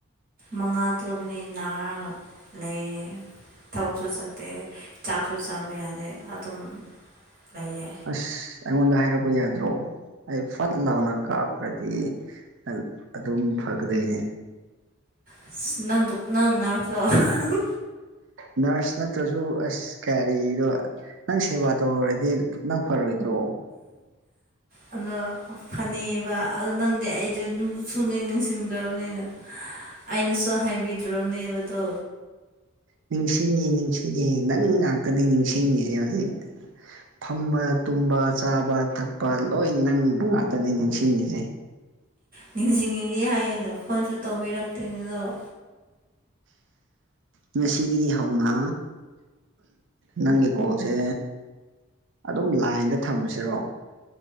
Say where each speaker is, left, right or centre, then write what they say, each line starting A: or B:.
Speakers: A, on the right; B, on the right.
A: ꯃꯉꯥ ꯇꯔꯨꯛꯅꯤ ꯅꯥꯔꯒ ꯂꯩꯌꯦ ꯊꯕꯛꯁꯨ ꯆꯠꯇꯦ ꯆꯥꯛꯁꯨ ꯆꯥꯕ ꯌꯥꯗꯦ ꯑꯗꯨꯝ ꯂꯩꯌꯦ
B: ꯑꯁ ꯑꯩꯉꯣꯟꯗ ꯍꯥꯏꯔꯛꯄ ꯌꯥꯗ꯭ꯔꯣ ꯑꯩ ꯐꯠ ꯂꯥꯎꯅ ꯀꯥꯞꯈ꯭ꯔꯗꯤ <unintelligible> ꯑꯗꯨꯝ ꯐꯒꯗꯅꯦ꯫
A: ꯑꯁ ꯅꯪꯗꯨ ꯅꯪ ꯅꯔꯁꯔꯣ <unintelligible>
B: ꯅꯔꯁ ꯅꯠꯇ꯭ꯔꯁꯨ ꯑꯁ ꯀꯔꯤꯔꯣ ꯅꯪ ꯁꯦꯕꯥ ꯇꯧꯔꯨꯔꯗꯤ ꯅꯪ ꯐꯔꯣꯏꯗ꯭ꯔꯣ꯫
A: ꯎꯝ ꯑꯗꯣ ꯐꯅꯦꯕ ꯑꯗꯣ ꯅꯪꯗꯤ ꯑꯩꯁꯨ ꯁꯨꯡꯅꯤꯡ ꯅꯤꯡꯁꯤꯡꯗ꯭ꯔꯕꯅꯤꯅ ꯑꯩꯅꯁꯨ ꯍꯥꯏꯕꯤꯗ꯭ꯔꯕꯅꯦꯕꯗꯣ
B: ꯅꯤꯡꯁꯤꯡꯉꯤ ꯅꯤꯡꯁꯤꯡꯉ ꯅꯪ ꯉꯥꯛꯇꯅꯤ ꯅꯤꯡꯁꯤꯡꯉꯁꯦ ꯍꯧꯖꯤꯛ ꯐꯝꯕ ꯇꯨꯝꯕ ꯆꯥꯕ ꯊꯛꯄ ꯂꯣꯏ ꯅꯪꯕ ꯉꯥꯛꯇꯅꯤ ꯅꯤꯡꯁꯤꯡꯉꯤꯁꯦ
A: ꯅꯤꯡꯁꯤꯡꯉꯤꯗꯤ ꯍꯥꯏꯌꯦ ꯑꯗꯣ ꯐꯣꯟꯁꯨ ꯇꯧꯕꯤꯔꯛꯇꯦꯅꯦ ꯑꯗꯣ
B: ꯉꯁꯤꯗꯒꯤ ꯍꯧꯅ ꯅꯪꯒꯤ ꯀꯜꯁꯦ ꯑꯗꯨꯝ ꯂꯥꯏꯟꯗ ꯊꯝꯃꯁꯤꯔꯣ꯫